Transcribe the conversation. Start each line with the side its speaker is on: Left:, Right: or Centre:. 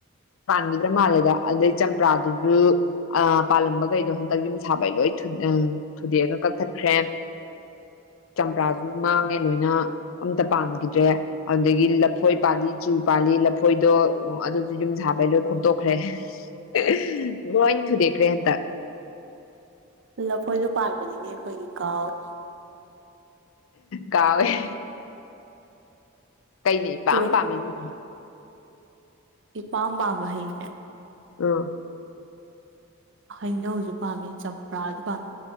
Left: ꯄꯥꯟꯒꯤꯗ꯭ꯔꯥ ꯃꯥꯜꯂꯦꯗ ꯑꯗꯩ ꯆꯝꯄ꯭ꯔꯥꯗꯨꯁꯨ ꯑꯥ ꯄꯥꯜꯂꯝꯕꯒꯩꯗꯣ ꯍꯟꯇꯛ ꯌꯨꯝ ꯁꯥꯕꯩ ꯂꯣꯏ <unintelligible> ꯊꯨꯗꯦꯛꯑꯒ ꯀꯛꯊꯠꯈ꯭ꯔꯦ, ꯆꯝꯄ꯭ꯔꯥꯖꯨ ꯃꯥꯡꯉꯦ ꯂꯣꯏꯅ ꯑꯝꯇ ꯄꯥꯟꯒꯤꯗ꯭ꯔꯦ ꯑꯗꯨꯗꯒꯤ ꯂꯐꯣꯏ ꯄꯥꯜꯂꯤ ꯆꯨ ꯄꯥꯜꯂꯤ ꯂꯐꯣꯏꯗꯣ ꯑꯗꯨꯗꯤ ꯌꯨꯝ ꯁꯥꯕꯩ ꯂꯣꯏ ꯈꯣꯛꯇꯣꯛꯈ꯭ꯔꯦ <unintelligible> ꯂꯣꯏꯟ ꯊꯨꯗꯦꯛꯈ꯭ꯔꯦ ꯍꯟꯇꯛ
Right: ꯂꯐꯣꯏꯖꯨ ꯄꯥꯟꯕꯅꯤꯅꯦ ꯑꯩꯈꯣꯏꯒꯤ ꯀꯥꯎꯑꯦ
Left: ꯀꯥꯎꯌꯦ ꯀꯩꯅ ꯏꯄꯥꯝ
Right: ꯇꯣꯏꯅ
Left: ꯄꯥꯝꯃꯤꯅꯤ
Right: ꯏꯄꯥꯝ ꯄꯥꯝꯕ ꯍꯩꯁꯦ
Left: ꯑꯥ
Right: ꯍꯩꯅꯧꯖꯨ ꯄꯥꯝꯃꯤ ꯆꯝꯄ꯭ꯔꯥꯖꯨ ꯄꯥꯝꯃꯤ